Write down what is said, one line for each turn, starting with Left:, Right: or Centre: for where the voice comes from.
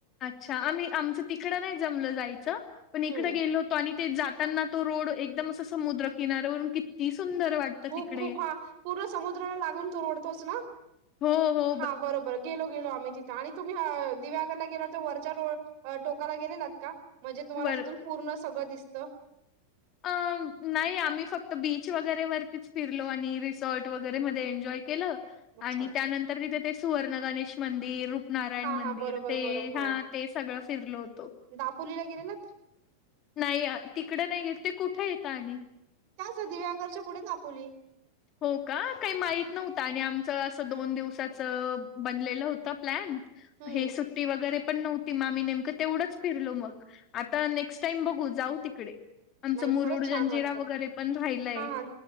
Left: अच्छा आम्ही आमचं तिकडं नाही जमलं जायचं पण इकड
Right: हं.
Left: गेलो होतो आणि ते जाताना तो रोड एकदम अस समुद्र किनाऱ्यावरून किती सुंदर वाटतं
Right: खूप
Left: तिकडे
Right: खूप हा पूर्ण समुद्राला लागून तू ओडतोस ना
Left: हो हो
Right: हा बरोबर गेलो गेलो आम्ही तिथं आणि तुम्ही दिव्यागला वरचा रोडला टोकाला गेलात का म्हणजे तुम्हाला
Left: बर
Right: तिथून पूर्ण सगळं दिसत.
Left: अ नाही आम्ही फक्त बीच वगैरे वरतीच फिरलो आणि रिसॉर्ट वगैरे मध्ये एन्जॉय केलं.
Right: अच्छा,
Left: आणि
Right: अच्छा.
Left: त्यानंतर तिथे ते सुवर्ण गणेश मंदिर रूपनारायण
Right: हा
Left: मंदिर
Right: हा बरोबर
Left: ते
Right: बरोबर
Left: ह ते. सगळं फिरलो होतो.
Right: आपपोलीला गेले ना.
Left: नाही तिकडं नाहीे ते कुठे येत आणि
Right: त्याच दिव्याघरच्या पुढे कापवली
Left: हो का काही माहीत नव्हत आणि आम असं दोन दिवसाचं बनलेलं होतं प्लॅन
Right: हम्म
Left: हे सुट्टी वगैरे पण नव्हती मा मी नेमकं तेवढंच फिरलो मग आता नेक्स्ट टाईम बघू जाऊ तिकडे आमचं
Right: नाही
Left: मुरुड,
Right: खरच
Left: जंजिरा
Right: छान वाटत
Left: वगैरे पण राहिलंय.
Right: हा हा